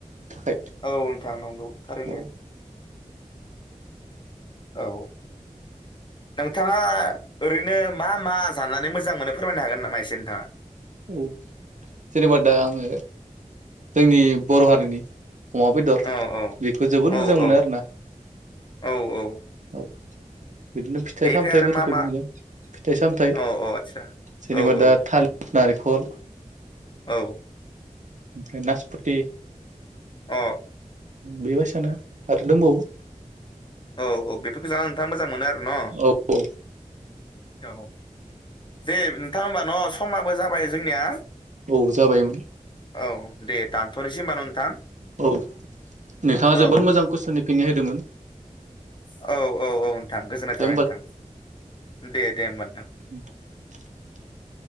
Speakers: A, on the right; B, on the left.
A: थाखाय।
B: औ नोंथां नंगौ। खारैनो
A: औ
B: औ नोंथाङा ओरैनो मा मा जानानै मोजां मोनो फोरमायनो हागोन नामा एसे नोंथाङा?
A: औ जेनेबा दा आङो जोंनि बर हारिनि अमा बेदर
B: औ औ
A: बेखौ जोबोद
B: औ
A: मोजां मोनो
B: औ
A: आरोना
B: औ औ
A: औ <inaudible> बिदिनो फिथाइ
B: बेनिफ्राय
A: सामथायाइफोरखौ
B: आरो मा मा
A: बुंदों फिथाइ सामथाइ
B: औ औ आदसा
A: जेनेबा
B: औ औ
A: दा थालिर नारिखल
B: औ।
A: ओमफ्राय नासपथि
B: अ
A: बेबायसा खोना आरो दंबावो
B: औ औ बेफोरखौ जाना नोंथाङा मोजां मोनो आ न?
A: औ औ
B: औ जे नोंथां हमबा न समाबो जाबाय जोंनिया।
A: औ जाबायमोन
B: औ दे दानथनोसै होनबा न नोंथां।
A: औ नोंथाङा जोबोद
B: औ
A: मोजां कुइसननि फिननाय होदोमोन।
B: स। औ औ औ नोंथां गोजोननाय
A: दे
B: थाबाय नोंथां। दे दे होमबा।
A: उ।